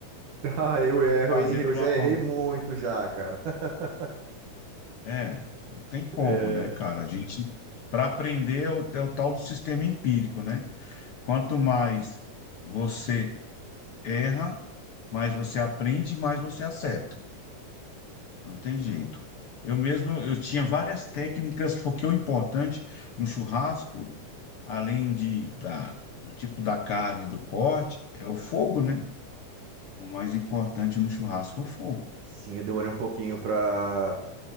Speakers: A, on the right; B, on the left.
A: <laughs> Ah, eu erro,
B: fazendo
A: hein? Eu
B: de
A: já
B: uma
A: errei
B: forma.
A: muito já, cara. <laughs>
B: É, não tem como,
A: É,
B: né, cara? A gente, para aprender, é o, é o tal do sistema empírico, né? Quanto mais você erra, mais você aprende, mais você acerta. Não tem jeito. Eu mesmo, eu tinha várias técnicas, porque o importante no churrasco, além de, da, do tipo da carne, do corte, é o fogo, né? O mais importante no churrasco é o fogo.
A: Sim, eu demorei um pouquinho pra